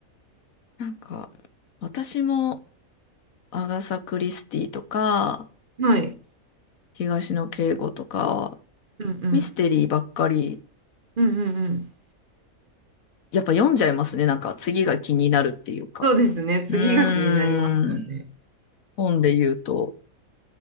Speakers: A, on the left (about 75°); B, on the right (about 45°).
A: なんか、私も、アガサ・クリスティとか、
B: はい。
A: 東野圭吾とか、
B: うんうん。
A: ミステリーばっかり、
B: うんうんうん。
A: やっぱ読んじゃいますね。なんか、次が気になるっていうか。
B: そうですね。次が気になりますよね。
A: うーん。本で言うと。